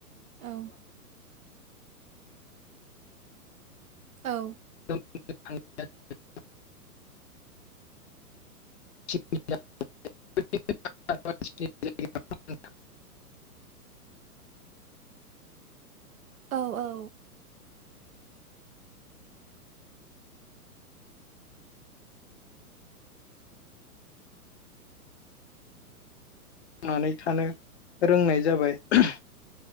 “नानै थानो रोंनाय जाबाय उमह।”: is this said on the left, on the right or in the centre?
Left